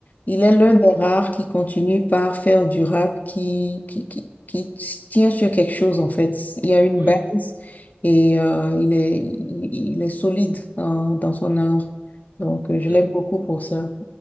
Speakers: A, on the left; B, on the right.
A: il est l'un
B: Mm,
A: des rares qui continue par faire du rap qui, qui, qui, qui tient sur quelque chose, en fait. Il y a une
B: oui.
A: base et euh, il est, il, il est solide dans, dans son art. Donc, euh, je
B: Mm,
A: l'aime beaucoup pour ça.